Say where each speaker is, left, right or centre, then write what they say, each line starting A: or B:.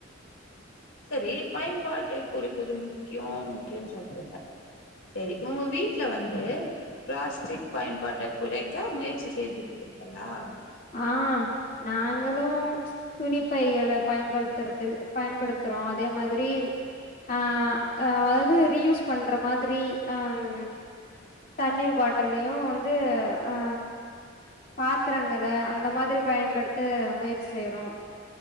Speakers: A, on the left (about 75°); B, on the left (about 45°).
A: சரி பயன்பாட்டை குறைப்பது முக்கியம் முக்கியம்னு சொல்றீங்க சரி உங்க வீட்ல வந்து பிளாஸ்டிக் பயன்பாட்ட குறைக்க முயற்சி செய்திருக்கீர்களா
B: ஆ நாங்களும் துணிப்பைகள பயன்படுத்துறது பயன்படுத்துறோம் அதே மாதிரி அ அதாவ்து ரீயூஸ் பண்ற மாதிரி அம் தண்ணீர் பாட்டில்லையு வந்து அ பாத்திரங் கள அந்த மாதிரி பயன்படுத்த முயற்சி செய்றோ